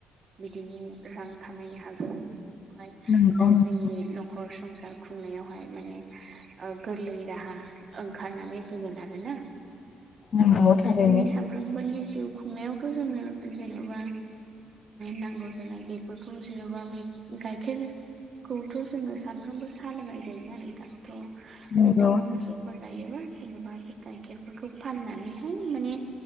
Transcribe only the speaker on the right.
बिदिनो रां खामायनो हागौ बेवहाय
ओ
जोंनि न' न'खर संसार खुंनायावहाय माने ओ गोरलै राहा ओंखारनानै फैोगोन आरोोना
जोंनि साम साफ्रोमबोनि जिउ खुंनायावथ' जोंनो जेनेबा नांगौ बेफोरखौ जेन'बा बे गाइखेर खौथ' जोङो सानफ्रोमबो सा लोंनाय जायोना नोंथांथ'
नोंथाङा
मोसौ फोर लायोबा जेनेबा बे गाइखेरफोरखौ फाननानैहाय माने